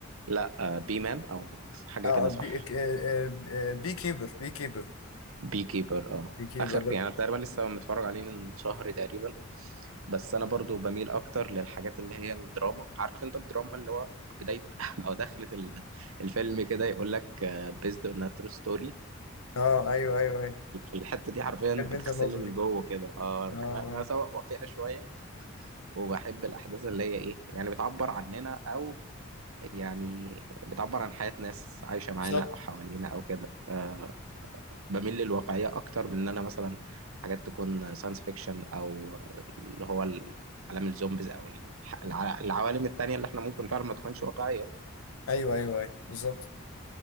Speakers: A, on the right; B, on the left.
A: لا آه... بي مان او حاجه
B: اه
A: كده
B: آه،
A: صح
B: بي آه، آه، آه، بي كيبر بي كيبر
A: بي كيبر اه
B: بي كيبر
A: اخر
B: ده
A: يعني أنا تقريبا لسه متفرج عليه من شهر تقريبا بس انا برضو بميل اكتر للحاجات اللي هي الدراما عارف انت الدراما اللي هو بدايه <laughs> او دخلة ال- الفيلم كده يقول لك بيزد اون ترو ستوري
B: اه ايوه ايوه ايوه
A: الحته دي حرفيا
B: بحب انت
A: بتغسلني
B: النقطة
A: من
B: دي
A: جوه كده اه أنا
B: اه
A: بحب-
B: آه،
A: أنا سواء واقعي شويه وبحب الاحداث اللي هي ايه يعني بتعبر عننا او يعني بتعبر عن حياة ناس عايشة
B: بالظبط
A: معانا أو حوالينا أو كده أه بميل للواقعية أكتر من إن أنا مثلا حاجات تكون ساينس فيكشن أو اللي هو عالم الزومبيز أو الح- الع- العوالم التانية اللي إحنا ممكن فعلا ما تكونش واقعية
B: ايوه ايوه ايوه بالظبط